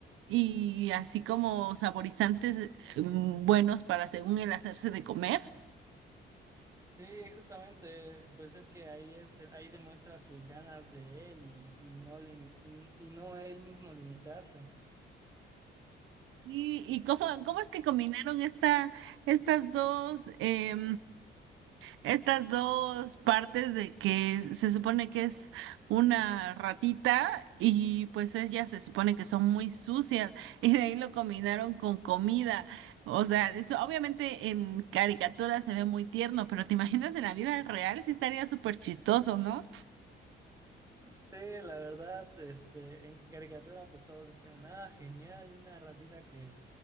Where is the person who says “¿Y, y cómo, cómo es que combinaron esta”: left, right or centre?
Right